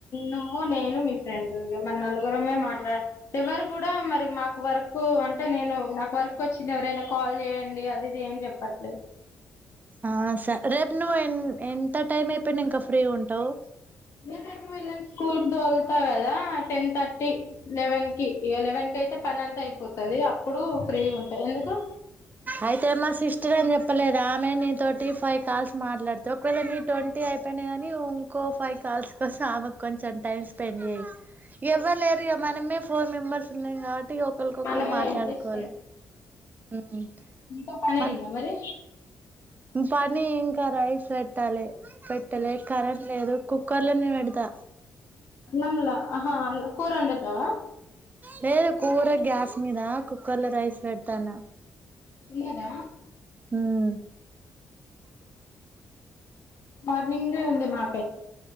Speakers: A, on the left; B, on the right.
A: నువ్వు నేను మీ ఫ్రెండ్ ఇక మ నలుగురమే మాట్లాడ ఎవరు కూడా మరి మాకు వర్కు అంటే నేను నాకు వర్క్ వచ్చింది ఎవరైనా కాల్ చేయండి అండి అదిది ఏం చెప్పట్లేదు
B: ఆ స రేపు నువ ఎన్ ఎ ఎత్త టైం అయిపోయినా ఇంకా ఫ్రీ ఉంటావు
A: మీరు రేపు వెళ్ళ స్కూల్ క దొలుతా కదా టెన్ థర్టీ లెవెన్ కి ఎలెవెన్ కి అయితే పని అంతా అయిపోతుది అప్పుడు ఫ్రీ ఉంటాయి ఎందుకు
B: అయితే మా సిస్టర్ అని చెప్పలేదు ఆమె నీతోటి ఫైవ్ కాల్స్ మాట్లాడితే ఒకవేళ నీ ట్వంటీ అయిపోయినా గాని ఇంకో ఫైవ్ కాల్స్ కోసం ఆమెకు కొంచెం టైం స్పెండ్ చేయ్యి
A: చేస్తా
B: ఎవ్వలే ఏరు ఇగా మనమే ఫోర్ మెంర్స్ ఉల్ ఆట్ టి ఒకరికొకళ్రు
A: మనమే
B: మాట్లాడుకోవాలి
A: అడ్జస్ట్ ఇకా పన
B: మన
A: ఇంద మరి
B: పని ఏంకా రైస్ పెట్టాలి పెట్టలే కరెంట్ లేదు కుక్కర్లో నేను పెడతా
A: నమ్లహా కూరండతవా
B: లేదు కూర గ్యాస్ మీద కుక్కర్ లో రైస్ పెడతాను
A: ఉన్నదా
B: హమ్
A: మార్నింగ్ దే ఉంది మా